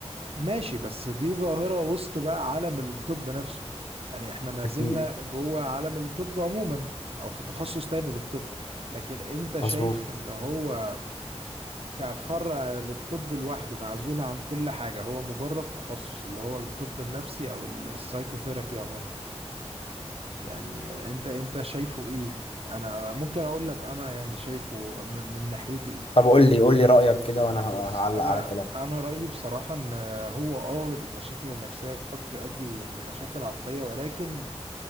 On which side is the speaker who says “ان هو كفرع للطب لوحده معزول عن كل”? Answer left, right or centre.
Right